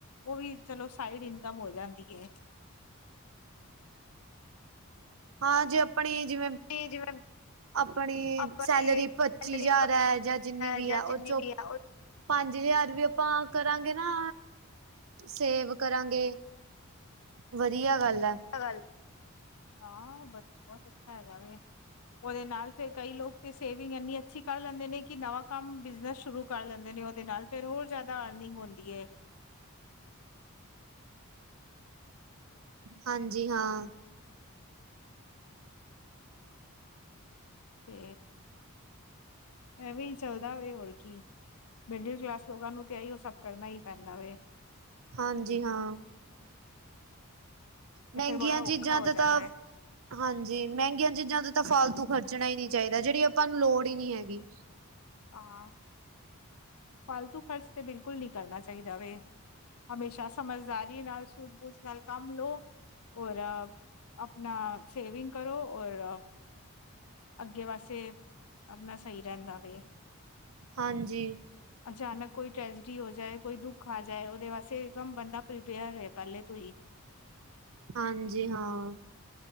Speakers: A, on the left (about 85°); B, on the right (about 65°).
A: ਉਹ ਵੀ ਚਲੋ ਸਾਈਡ ਇਨਕਮ ਹੋ ਜਾਂਦੀ ਹੈ।
B: ਹਾਂ ਜੇ ਆਪਣੀ ਜਿਵੇਂ
A: ਜੀ ਜਿਵੇਂ
B: ਆਪਣੀ
A: ਆਪਣੇ
B: ਸੈਲਰੀ
A: ਸੈਲਰੀ
B: ਪੱਚੀ ਹਜ਼ਾਰ ਹੈ, ਜਾਂ ਜਿੰਨੀ ਵੀ
A: ਜਾਂ
B: ਹੈ ਉਹ
A: ਜਿੰਨੀ
B: ਚੋਂ।
A: ਵੀ ਹੈ ਉਹ
B: ਪੰਜ ਹਜ਼ਾਰ ਵੀ ਆਪਾਂ ਕਰਾਂਗੇ ਨਾ। ਸੇਵ ਕਰਾਂਗੇ, ਵਧੀਆ ਗੱਲ ਐ।
A: ਗੱਲ ਹਾਂ, ਔ ਬਹੁਤ ਅੱਛਾ ਹੈਗਾ ਵੇ ਉਹਦੇ ਨਾਲ ਫੇਰ ਕਈ ਲੋਕ ਤੇ ਸੇਵਿੰਗ ਇੰਨੀ ਅੱਛੀ ਕਰ ਲੈਂਦੇ ਨੇ, ਕਿ ਨਵਾਂ ਕੰਮ ਬਿਜਨਸ ਸ਼ੁਰੂ ਕਰ ਲੈਂਦੇ ਨੇ ਉਹਦੇ ਨਾਲ ਫੇਰ ਹੋਰ ਜ਼ਿਆਦਾ ਆਰਨਿੰਗ ਹੁਦੀ ਏ।
B: ਹਾਂਜੀ ਹਾਂ।
A: ਤੇ ਐਵੇਂ ਈ ਚੱਲਦਾ ਵੇ ਹੋਰ ਕੀ ਮਿਡਲ ਕਲਾਸ ਲੋਗਾਂ ਨੂੰ ਤੇ ਅਹਿਓ ਸਭ ਕਰਨਾ ਹੀ ਪੈਦਾ ਵੈ।
B: ਹਾਂਜੀ ਹਾਂ ਮਹਿੰਗੀਆਂ
A: ਬੜਾ
B: ਚੀਜ਼ਾਂ
A: ਔਖਾ ਹੋ
B: ਤੋਂ ਤਾ।
A: ਜਾਂਦਾ ਹੈ
B: ਹਾਂਜੀ, ਮਹਿੰਗੀਆਂ ਚੀਜ਼ਾਂ ਤੇ ਤਾਂ ਫਾਲਤੂ ਖਰਚਣਾ ਹੀ ਨਹੀਂ ਚਾਹੀਦਾ। ਜਿਹੜੀ ਆਪਾਂ ਨੂੰ ਲੋੜ ਹੀ ਨਹੀਂ ਹੈਗੀ।
A: ਆ ਹਾਂ, ਫਾਲਤੂ ਖ਼ਰਚ ਤੇ ਬਿਲਕੁਲ ਨਹੀਂ ਕਰਨਾ ਚਾਹੀਦਾ ਵੇ। ਹਮੇਸ਼ਾ ਸਮਝਦਾਰੀ ਨਾਲ ਸੂਝ- ਬੂਝ ਨਾਲ ਕੰਮ ਲਓ ਔਰ ਆਪਣਾ ਸੇਵਿੰਗ ਕਰੋ ਔਰ। ਅੱਗੇ ਵਾਸਤੇ ਆਪਣਾ ਸਹੀ ਰਹਿੰਦਾ ਵੇ।
B: ਹਾਂਜੀ।
A: ਅਚਾਨਕ ਕੋਈ ਟ੍ਰੈਜਡੀ ਹੋ ਜਾਏ ਕੋਈ ਦੁੱਖ ਆ ਜਾਏ। ਉਹਦੇ ਵਾਸਤੇ ਇਕਦਮ ਬੰਦਾ ਪ੍ਰੀਪੇਅਰ ਰਹੇ ਪਹਿਲੇ ਤੋਂ ਹੀ।
B: ਹਾਂਜੀ ਹਾਂ।